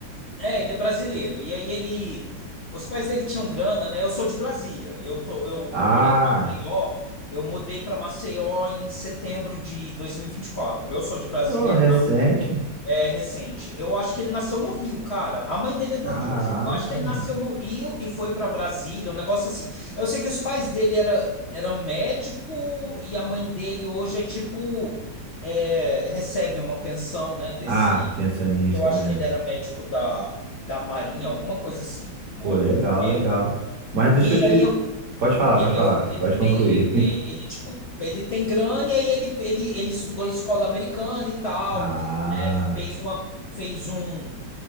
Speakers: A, on the left; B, on the right.
A: É, ele é brasileiro. E aí ele... Os pais dele tinham grana, né? Eu sou de Brasília. Eu tô, eu
B: Ah,
A: tô morando em Maceió. Eu mudei para Maceió em setembro de dois mil e e vinte e quatro Eu sou de Brasília,
B: ô,
A: ele
B: recente.
A: é recente. Eu acho que ele nasceu no Rio, cara. A mãe dele é do
B: Caraca,
A: Rio. Eu acho que ele
B: mano.
A: nasceu no Rio e foi para Brasília, um negócio assim. Eu sei que os pais dele era, era médico e a mãe dele hoje é tipo é, recebe uma pensão, né? Desse.
B: Ah, pensionista,
A: Eu acho
B: né?
A: que ele era médico da, da Marinha, alguma coisa assim, ou
B: Pô, legal,
A: do governo.
B: legal. Mas deixa
A: E
B: eu te.
A: aí eu,
B: Pode falar,
A: e
B: pode
A: aí eu
B: falar.
A: sei que ele
B: Pode concluir.
A: tem e-
B: <laughs>
A: e- ele, tipo ele tem grana e aí ele, ele ele estudou em escola americana e tal
B: Ah,
A: fez uma fez um